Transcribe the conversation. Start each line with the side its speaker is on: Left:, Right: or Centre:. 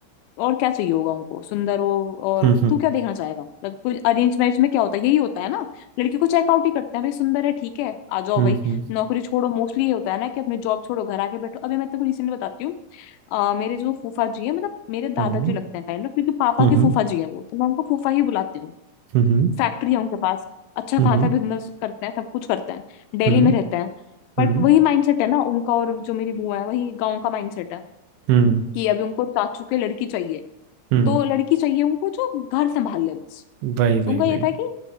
Left: और क्या चाहिए होगा उनको सुंदर हो और
Right: हम्म
Left: तू क्या देखना चाहेगा मतलब कुछ अरेंज मैरिज में क्या होता है यही होता है ना लड़की को चेकआउट ही करते हैं भाई सुंदर है ठीक है आ जाओ
Right: हम्म
Left: भाई
Right: हम्म
Left: नौकरी छोड़ो मोस्टली ये होता है ना कि अपनी जॉब छोड़ो घर आके बैठो अभी मैं तेरे को रिसेंटली बताती हूँ अ, मेरे जो फूफा जी है मतलब मेरे
Right: हम्म
Left: दादाजी लगते हैं काइंड ऑफ क्योंकि पापा
Right: हम्म
Left: के फूफा जी हैं वो तो मैं उनको फूफा ही बुलाती हूँ
Right: हम्म
Left: फैक्ट्री है उनके पास अच्छा
Right: हम्म
Left: खासा
Right: हम्म हम्म
Left: बिजनेस करते हैं सब कुछ करते हैं दिल्ली
Right: हम्म
Left: में रहते हैं
Right: हम्म,
Left: बट वही माइंडसेट है ना उनका और जो मेरी बुआ है वही गांव का माइंडसेट है
Right: हम्म,
Left: कि अभी उनको चाचू के लड़की चाहिए
Right: हम्म,
Left: तो लड़की चाहिए उनको जो घर संभाल ले बस
Right: वही वही
Left: उनका
Right: वही
Left: ये था कि